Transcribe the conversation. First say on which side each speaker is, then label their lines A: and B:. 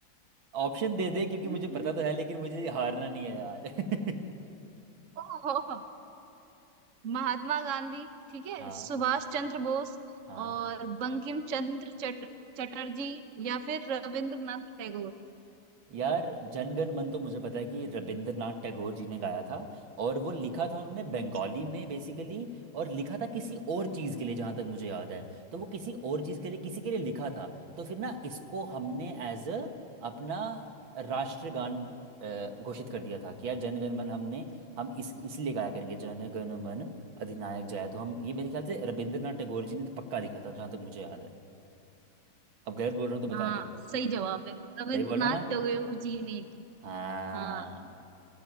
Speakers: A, on the right; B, on the right.
A: ऑप्शन दे दे क्योंकि
B: हम्म,
A: मुझे पता
B: हम्म,
A: तो है लेकिन मुझे हारना नहीं है यार <laughs>
B: ओहो महात्मा गांधी ठीक है
A: हाँ
B: सुभाष चंद्र बोस
A: हाँ
B: और बंकिम चंद्र चट, चटर्जी या फिर रविंद्रनाथ टैगोर
A: यार जनगण मन तो मुझे पता है कि रविंद्रनाथ टैगोर जी ने गाया था और वो लिखा था उन्होंने बंगाली
B: अच्छा
A: में बेसिकली और लिखा था किसी और चीज़ के लिए जहाँ तक मुझे याद है तो वो किसी और चीज़ के लिए किसी के लिए लिखा था तो फिर ना इसको हमने एज अ अपना राष्ट्रगान अ, घोषित कर दिया था कि यार जनगण मन हमने हम इस इसलिए गाया करेंगे जनगण मन अधिनायक जय तो हम ये मेरे ख्याल से रविंद्रनाथ टैगोर जी ने पक्का लिखा था जहाँ तक मुझे याद है अब गलत बोल रहा हूँ तो
B: हाँ
A: बता दे
B: सही जवाब है रविंद्रनाथ
A: सही बोल रहा
B: टैगोर जी ने
A: हाँ
B: हाँ